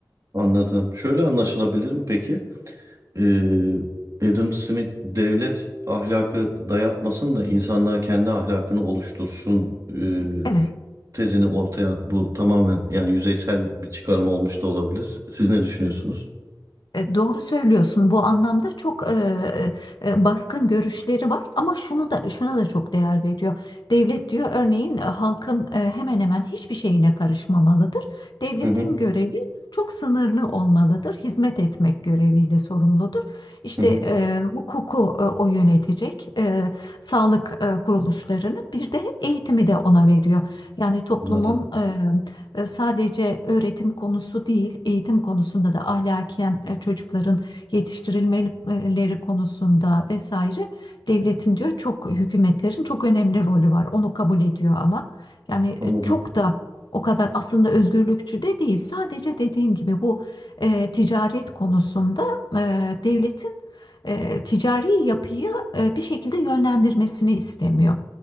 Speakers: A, on the right; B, on the left.
A: Anladım. Şöyle anlaşılabilir mi peki? Ee, Adam Smith devlet ahlakı dayatmasın da insanlar kendi ahlakını oluştursun ee,
B: Evet.
A: tezini ortaya bu tamamen yani yüzeysel bir çıkarım olmuş da olabilir. Siz ne düşünüyorsunuz?
B: E, Doğru söylüyorsun. Bu anlamda çok e, e, baskın görüşleri var ama şunu da şuna da çok değer veriyor. Devlet diyor örneğin e, halkın e, hemen hemen hiçbir şeyine karışmamalıdır. Devletin
A: Hı hı.
B: görevi çok sınırlı olmalıdır. Hizmet etmek göreviyle sorumludur. İşte
A: Hı hı.
B: e, hukuku e, o yönetecek, e, sağlık e, kuruluşlarını bir de eğitimi de ona veriyor. Yani toplumun
A: Anladım.
B: e, e, sadece öğretim konusu değil, eğitim konusunda da ahlaken e, çocukların yetiştirilmeleri konusunda vesaire devletin diyor çok hükümetlerin çok önemli rolü var. Onu kabul ediyor ama yani e,
A: Anladım.
B: çok da o kadar aslında özgürlükçü de değil. Sadece dediğim gibi bu e, ticaret konusunda e, devletin e, ticari yapıyı e, bir şekilde yönlendirmesini istemiyor.